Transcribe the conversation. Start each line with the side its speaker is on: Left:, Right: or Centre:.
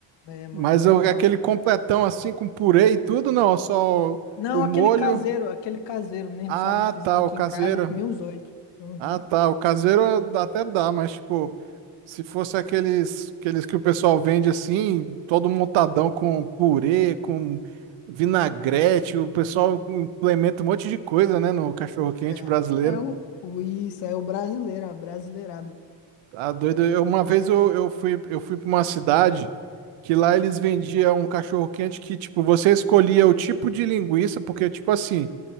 Left: É, mano,
Right: Mas
Left: eu me
Right: o-
Left: amarro.
Right: aquele completão assim com purê e tudo, não, só o
Left: Não,
Right: o molho.
Left: aquele caseiro, aquele caseiro mesmo,
Right: Ah,
Left: sabe? Fizemos
Right: tá, o
Left: aqui
Right: caseiro.
Left: em casa, eu comi uns oito. Uhum.
Right: Ah, tá. O caseiro dá até dá, mas tipo, se fosse aqueles, aqueles que o pessoal vende assim, todo montadão com purê, com vinagrete, o pessoal implementa um monte de coisa, né, no cachorro-quente
Left: É,
Right: brasileiro.
Left: é o, o- isso, é o brasileiro, é brasileirado.
Right: Tá doido. Eu, uma vez eu, eu fui, eu fui para uma cidade que lá eles vendiam um cachorro-quente que, tipo, você escolhia o tipo de linguiça, porque, tipo assim.